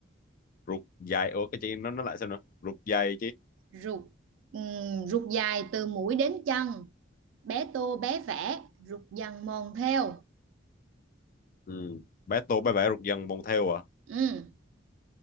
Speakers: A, on the left; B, on the right.
A: rụt dài ủa cái chuyện nó nó lại sao nữa rụt dài chứ
B: rụt ừm, rụt dài từ mũi đến chân bé tô bé vẽ rụt dần mòn theo
A: ừ. battle bãi vẽ rục dần bồng theo à
B: Ừm.